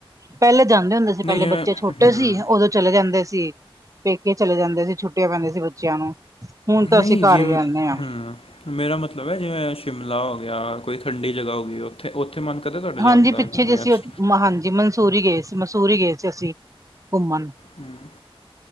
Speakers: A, on the right; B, on the left.
A: ਪੈਲੇ ਜਾਂਦੇ ਹੁੰਦੇ ਸੀ, ਪਹਿਲੇ
B: ਨਹੀਂ ਜਿਵੇਂ
A: ਬੱਚੇ ਛੋਟੇ
B: ਹਮ
A: ਸੀ ਉਦੋਂ ਚਲੇ ਜਾਂਦੇ ਸੀ ਪੇਕੇ ਚਲੇ ਜਾਂਦੇ ਸੀ ਛੁੱਟੀਆਂ ਪੈਂਦੀ ਸੀ ਬੱਚਿਆਂ ਨੂੰ। ਹੁਣ ਤਾਂ
B: ਨਹੀ
A: ਅਸੀਂ
B: ਜੀਵੇ
A: ਘਰ ਹੀ ਰਹਿੰਦੇ ਹਾਂ
B: ਹਮ ਮੇਰਾ ਮਤਲਬ ਹੈ ਜਿਵੇਂ ਸ਼ਿਮਲਾ ਹੋ ਗਿਆ ਕੋਈ ਠੰਡੀ ਜਗ੍ਹਾ ਹੋ ਗਈ ਉਹ ਉੱਥੇ ਉੱਥੇ ਮਨ ਕਰਦਾ ਤੁਹਾਡੇ ਜਾਣਦਾ
A: ਹਾਂਜੀ ਪਿੱਛੇ
B: ਗਰਮੀਆਂ
A: ਜੇ ਅਸੀਂ
B: 'ਚ
A: ਹਾਂਜੀ ਮਨਸੂੂਰ ਹੀ ਗਏ ਸੀ ਮਸੂੂਰ ਹੀ ਗਏ ਸੀ ਅਸੀਂ ਘੁੰਮਣ
B: ਹਮ